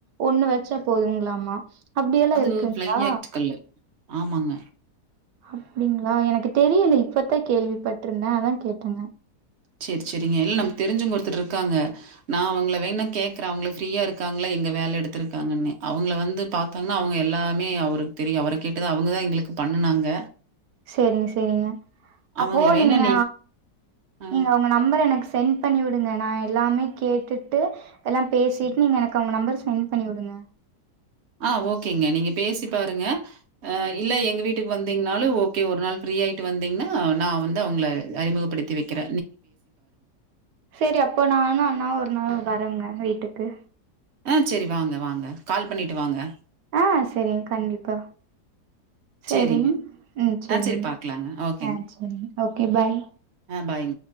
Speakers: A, on the right; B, on the right.
A: ஒண்ணு வச்சா போதுங்களாமா அப்படியெல்லா
B: அது
A: இருக்குங்களா
B: ஃப்ளை ஆக்ட் கல்லு. ஆமாங்க
A: அப்படிங்களா எனக்கு தெரியல இப்பத்தா கேள்விப்பட்ருந்தே அதா கேட்டங்க
B: சரி சரிங்க இல்ல நமக்கு தெரிஞ்சவுங்க ஒருத்தர் இருக்காங்க நா அவங்கள வேண்ணா கேக்கற அவங்க ஃப்ரீயா இருக்காங்கள எங்க வேல எடுத்துருக்காங்கன்னு அவங்கள வந்து பாத்தாங்கன்னா அவங்க எல்லாமே அவருக்கு தெரியு அவர கேட்டுதா அவங்கதா எங்களுக்கு பண்ணுனாங்க
A: சரிங்க சரிங்க அப்போ
B: அவங்கள வேணா
A: நீங்க
B: ஆ
A: நீங்க உங்க நம்பர எனக்கு சென்ட் பண்ணி விடுங்க நா எல்லாமே கேட்டுட்டு எல்லா பேசிட்
B: சரி.
A: நீங்க எனக்கு அவங்க நம்பர் சென்ட் பண்ணி விடுங்க
B: ஆ ஓகேங்க நீங்க பேசி பாருங்க இல்ல எங்க வீட்டுக்கு வந்தீங்கன்னாலு ஓக்கே ஒரு நாள் ஃப்ரீயாயிட்டு வந்தீங்கன்னா நா வந்து அவுங்கள அறிமுகப்படுத்தி வக்கிற
A: சரி அப்ப நானு அண்ணாவு ஒரு நாள் வர ங்க வீட்டுக்கு
B: ஆ சரி வாங்க வாங்க கால் பண்ணிட்டு வாங்க
A: ஆஹ் சரிங் கண்டிப்பா சரிங்
B: சரிங்க.
A: உம் சரிங்க
B: ஆ சரி பாக்கலாங்க. ஓகேங்க.
A: ஆஹ் சரிங்க ஓகே பாய்
B: ஆ பாய்ங்க.